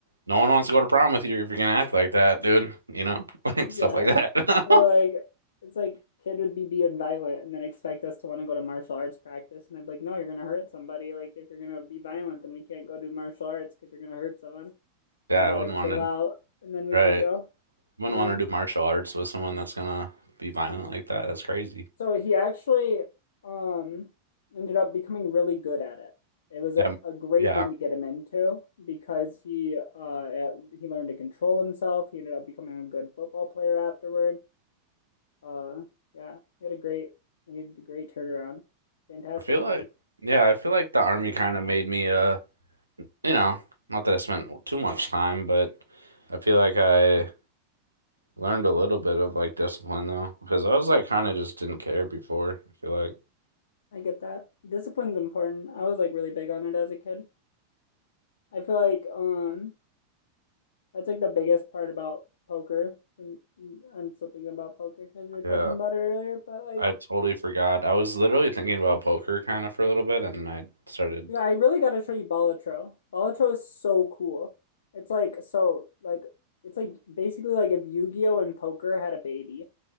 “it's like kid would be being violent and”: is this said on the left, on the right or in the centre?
Left